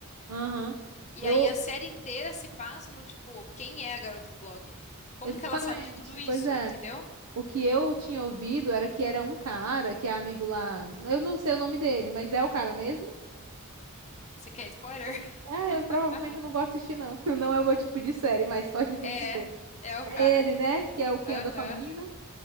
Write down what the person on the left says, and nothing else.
E
aí a série inteira se passa no tipo, quem é a garota do blog? Como
que ela sabe de tudo isso,
entendeu?
Você quer spoiler?
<laughs> Haha.
É,
é o
cara.
Aham.